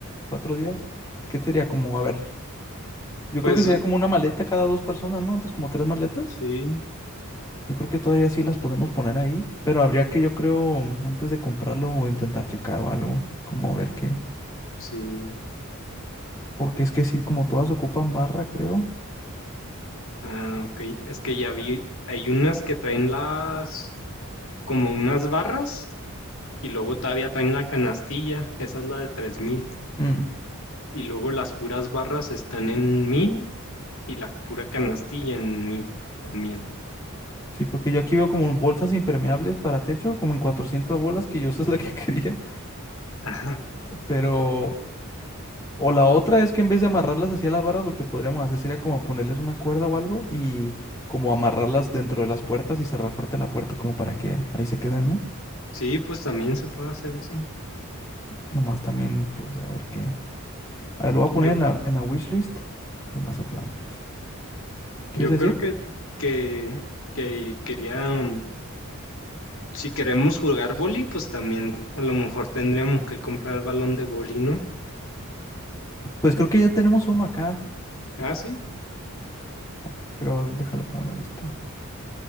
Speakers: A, on the left; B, on the left.
A: cuatro días. ¿Qué sería como, a ver? Yo
B: Pues
A: creo que sería como una maleta cada dos personas, ¿no? Entonces, como tres maletas.
B: sí,
A: Yo creo que todavía sí las podemos poner ahí. Pero habría que, yo creo, antes de comprarlo, intentar checar o algo. Como ver qué.
B: Sí.
A: Porque es que sí, como todas ocupan barra, creo.
B: Ah, ok. Es que ya vi, hay unas que traen las, como unas barras y luego todavía traen la canastilla. Esa es la de tres mil
A: Mm,
B: Y luego las puras barras están en 1000 y la pura canastilla en 1000 también.
A: Sí, porque yo aquí veo como bolsas impermeables para techo, como en 400 bolas, que yo <laughs> esa es la que <laughs> quería.
B: Ajá.
A: Pero... O la otra es que en vez de amarrarlas hacia las barras, lo que podríamos hacer sería como ponerles una cuerda o algo y como amarrarlas dentro de las puertas y cerrar fuerte la puerta como para que ahí se queden, ¿no?
B: Sí, pues también se puede hacer eso.
A: Nomás también, pues a ver qué. A ver, lo voy a
B: Yo,
A: poner en la, en la wishlist de Mazatlán. ¿Qué
B: yo
A: ibas a decir?
B: creo que, que, que quería, um, si queremos jugar boli, pues también a lo mejor tendríamos que comprar el balón de boli, ¿no?
A: Pues creo que ya tenemos uno acá.
B: Ah, sí.
A: A ver, pero déjalo pongo en la lista.